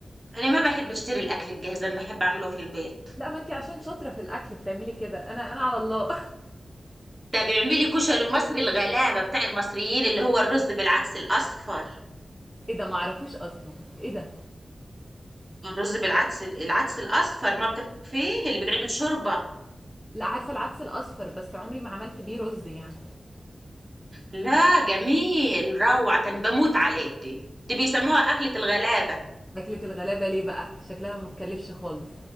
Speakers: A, on the right (about 20°); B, in the centre.
A: أنا ما بحب أشتري الأكل الجاهز أنا بحب أعمله في البيت
B: لا ما انت عشان شاطره في الاكل بتعملي كده انا انا على الله
A: ده بيعملي لي كشري المصري الغلابة بتاع المصريين اللي هو الرز بالعدس الأصفر
B: ايه ده معرفوش اصلا ايه ده
A: الرز بالعدس العدس الأصفر ما بت- فيه اللي بتعمل شوربة
B: لا عارفه العدس الاصفر بس عمري ما عملت بيه رز يعني
A: لا جميل روعة أنا بموت عليه دي دي بيسموها أكلة الغلابة
B: اكلة الغلابه ليه بقى شكلها ما بتكلفش خالص